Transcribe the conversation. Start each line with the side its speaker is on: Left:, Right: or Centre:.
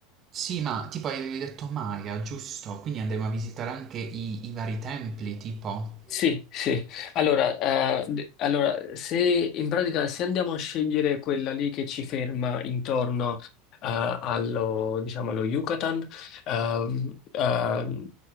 Right: Sì, ma tipo avevi detto Maya, giusto? Quindi andremo a visitare anche i i vari templi, tipo.
Left: Sì, sì. Allora, eh, d- allora, se in pratica se andiamo a scegliere quella lì che ci ferma intorno eh, allo, diciamo, allo Yucatan, ehm, ehm,